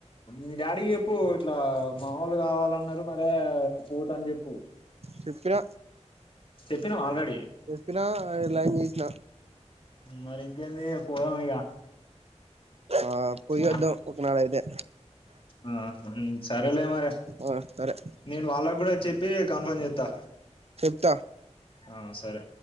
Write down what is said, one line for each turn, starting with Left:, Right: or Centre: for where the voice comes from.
Left: మీ డాడీ కి చెప్పు ఇట్లా, మా వాళ్ళు కావాలన్నారు మరే పోత అని చెప్
Right: చెప్పిన
Left: చెప్పినవ ఆల్రెడీ
Right: చెప్పినా లైన్ గీసిన.
Left: మరి ఇంకేంది పోదం ఇగ.
Right: ఆ పోయొద్దాం
Left: ఆ
Right: ఒకనాడైతే
Left: ఆ సారే లేమరి
Right: ఆ సరే
Left: నేను వాళ్ళకు గుడ చెప్పి కన్ఫర్మ్ చెత్తా.
Right: త్త
Left: ఆ సరే